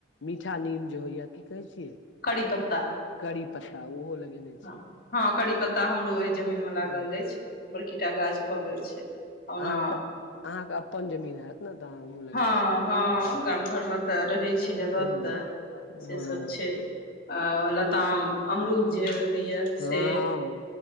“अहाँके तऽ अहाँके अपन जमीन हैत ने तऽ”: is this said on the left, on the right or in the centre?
Left